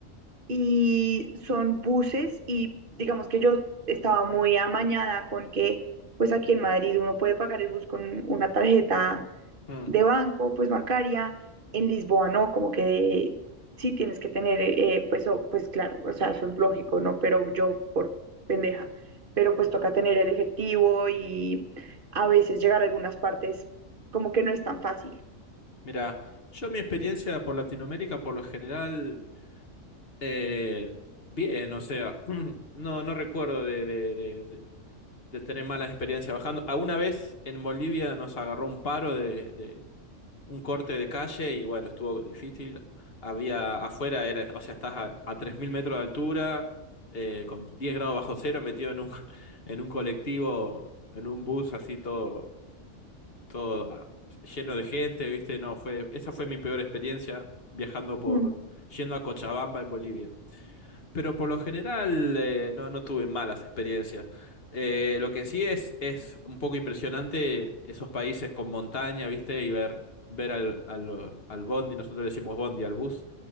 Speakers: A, on the right; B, on the left.
A: y son buses y digamos que yo estaba muy amañada con que, pues aquí en Madrid uno puede pagar el bus con una tarjeta
B: mm.
A: de banco, pues bancaria. En Lisboa no, como que sí tienes que tener, eh, pues, o- pues claro, o sea, eso es lógico, ¿no? Pero yo por pendeja, pero pues toca tener el efectivo y a veces llegar a algunas partes como que no es tan fácil.
B: Mira, yo mi experiencia
A: Entonces,
B: por Latinoamérica por lo general, eh, bien, o sea, <clears throat> no, no recuerdo de, de, de, de- de tener malas experiencias bajando. Alguna vez en Bolivia nos agarró un paro de, de, un corte de calle y bueno, estuvo difícil. Había afuera, era, o sea, estás a, a 3.000 metros de altura, eh, con 10 grados bajo cero, metido en un, <laughs> en un colectivo, en un bus así todo, todo ah, lleno de gente, ¿viste? No, fue, esa fue mi peor experiencia viajando por,
A: Mm,
B: yendo a Cochabamba en Bolivia pero por lo general eh, no, no tuve malas experiencias. Eh, lo que sí es, es un poco impresionante esos países con montaña, ¿viste? Y ver, ver al, al, al bondi, nosotros le decimos bondi al bus,